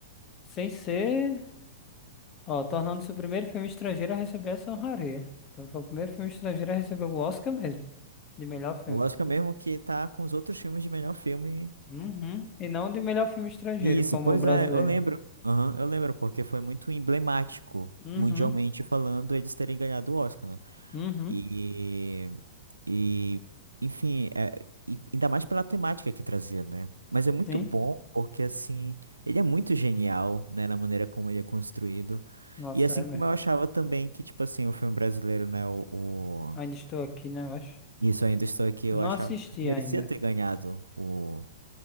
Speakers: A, on the left; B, on the right.
A: sem ser. Ó, tornando-se o primeiro filme estrangeiro a receber essa honraria. Então foi o primeiro filme estrangeiro a receber o Oscar mesmo, de melhor filme.
B: O Oscar mesmo que tá com os outros filmes de melhor filme.
A: Uhum. E não de melhor filme estrangeiro,
B: Isso,
A: como
B: pois
A: o brasileiro.
B: é, eu lembro. Aham, eu lembro, porque foi muito emblemático,
A: Uhum.
B: mundialmente falando, eles terem ganhado o Oscar, né?
A: Uhum.
B: E, e enfim, é, e ainda mais pela temática que trazia, né? Mas é muito
A: Sim.
B: bom porque, assim, ele é muito genial, né, na maneira como ele é construído.
A: Nossa,
B: E assim
A: é
B: como
A: mesmo.
B: eu achava também que, tipo assim, o filme brasileiro, né, o, o-
A: Ainda estou aqui, né? Eu acho.
B: Isso Ainda Estou Aqui, eu
A: Eu não
B: achava
A: assisti
B: que merecia
A: ainda.
B: ter ganhado o,